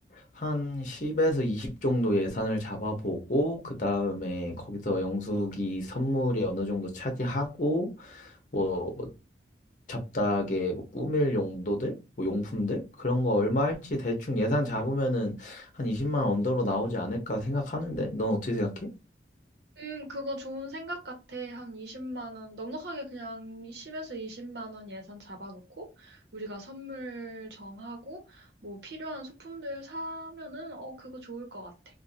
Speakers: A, on the left (about 45°); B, on the right (about 70°).
A: 한 10에서 20 정도 예산을 잡아보고 그다음에 거기서 영숙이 선물이 어느 정도 차지하고 뭐 잡다하게 뭐 꾸밀 용도들, 뭐 용품들 그런 거 얼마 할지 대충 예산 잡으면은 한 20만 원 언더로 나오지 않을까 생각하는데 넌 어떻게 생각해?
B: 음, 그거 좋은 생각 같아. 한 20만 원, 넉넉하게 그냥 10에서 20만 원 예산 잡아놓고, 우리가 선물 정하고, 뭐 필요한 소품들 사면은, 어, 그거 좋을 것 같아.